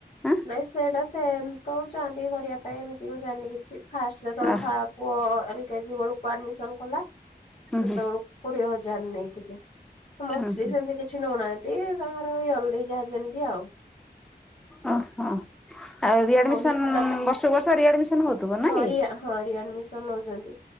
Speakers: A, in the centre; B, on the left (about 45°).
A: ଆଁ
B: ନାଇ ସେଇଟା ସେ ତଉ ଯାନ୍ତିି କରିବା ପାଇଁ ଏମିତି ମୁଁ ଜାଣିନି କିଛି ଫାଷ୍ଟ ଯେତେବେଳେ
A: ଅ
B: ଫା ପୁଅ ଏଠି କେଜି ବେଳକୁ ଆଡମିସନ କଲା
A: ହୁଁ
B: ସେତେବେଳକୁ
A: ହୁଁ
B: କୋଡିଏ ହଜାର ନେଇଥିଲେ। ମଥ୍ଥଲି
A: ହୁଁ ହୁଁ
B: ସେମିତି କିଛି ନଉନାହାନ୍ତି ତାଙ୍କର ଏଇ ଯାହା ଯେମିତି ଆଉ
A: ଓ ହୋ! ଆଉ ରିଆଡମିସନ୍
B: ବହି ଖାତା
A: ବର୍ଷକୁ ବର୍ଷ ରିଆଡମିସନ୍ ହଉଥୁବ ନା
B: ହରିଆ
A: କି।
B: ହଁ ରିଆଡମିସନ ନଉଛନ୍ତି।